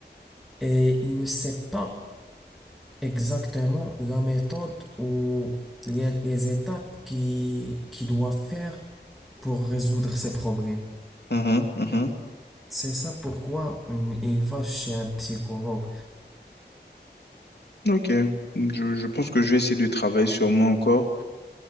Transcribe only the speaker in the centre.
et il ne sait pas Exactement, la méthode ou les, les étapes qui, qui doit faire pour résoudre ses problèmes.
C'est ça pourquoi hum, il va chez un psychologue.